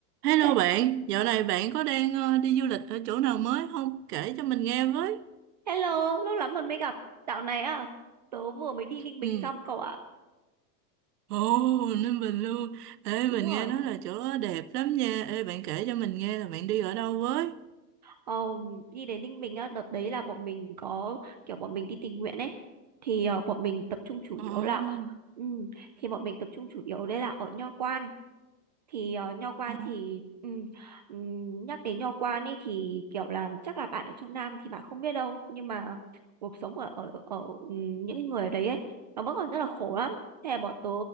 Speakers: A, on the right (about 70°); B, on the right (about 30°).
A: Hello
B: He-
A: bạn, dạo này bạn có đang ờ, đi du lịch ở chỗ nào mới không? Kể cho mình nghe với.
B: Hello, lâu lắm rồi mới gặp. Dạo này á, tớ vừa mới đi Ninh Bình
A: Ừ.
B: xong cậu ạ.
A: Ồ, Ninh Bình luôn. Ê,
B: Đúng
A: mình
B: rồi.
A: nghe nói là chỗ đó đẹp lắm nha. Ê, bạn kể cho mình nghe là bạn đi ở đâu với?
B: Ồ, đi đến Ninh Bình á, đợt đấy là bọn mình có kiểu bọn mình đi tình nguyện ấy. Thì ờ, bọn mình tập trung chủ
A: Ồ,
B: yếu là ừ, thì bọn mình tập trung chủ yếu đây là ở Nho Quan. thì ờ, nho quan
A: ồ,
B: thì ừm, ừm, nhắc đến nho quan ấy thì kiểu là chắc là bạn ở trong Nam thì bạn không biết đâu nhưng mà cuộc sống ở ở ở ừm, những cái người ở đấy ấy nó vẫn còn rất là khổ lắm thế là bọn tớ